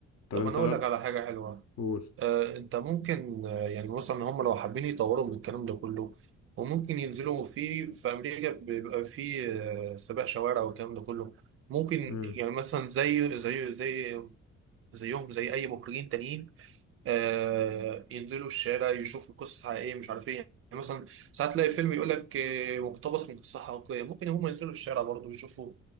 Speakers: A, on the left; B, on the right.
A: طب
B: طب
A: انت
B: انا اقول
A: بقى
B: لك على حاجه حلوه
A: بتقول
B: آه، انت ممكن آه، يعني مثلا هم لو حابين يطوروا من الكلام ده كله وممكن ينزلوا في في امريكا بيبقى في آه، سباق شوارع والكلام ده كله ممكن
A: امم
B: يعني مثلا زي زي زي زيهم زي اي مخرجين تانيين آه، ينزلوا الشارع يشوفوا قصص حقيقية مش عارف ايه يعني مثلا ساعات تلاقي فيلم يقول لك آه، مقتبس من قصة حقيقية ممكن هم ينزلوا الشارع برضه يشوفوا